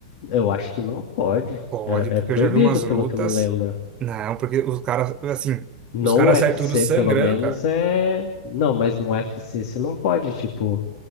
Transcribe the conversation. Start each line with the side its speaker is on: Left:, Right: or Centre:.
Left: Eu acho que não pode.
Right: Pode,
Left: Era-
Right: porque
Left: é proibido,
Right: eu já vi umas
Left: pelo
Right: lutas.
Left: que eu me lembro.
Right: Não, porque os caras, assim,
Left: No
Right: os caras
Left: UFC,
Right: saem tudo sangrando,
Left: pelo menos,
Right: cara.
Left: é. Não, mas no UFC você não pode, tipo,